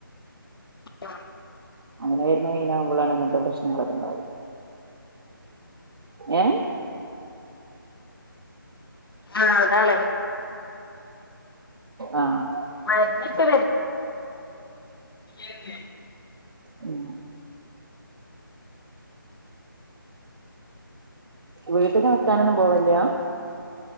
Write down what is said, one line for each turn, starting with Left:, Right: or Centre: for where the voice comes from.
Left: ആ
Right: അങ്ങനെ വരുന്ന മീനാകുമ്പോളാണ് അങ്ങനത്തെ പ്രശ്നങ്ങളൊക്കെ ഉണ്ടാവും ഏ
Left: ആഹ് അതാണേ
Right: ആഹ്
Left: മരുന്നിട്ട് എന്ത്യേ
Right: ഉം വീട്ട്ക്ക് നിക്കാനൊന്നും പോവേല്യാ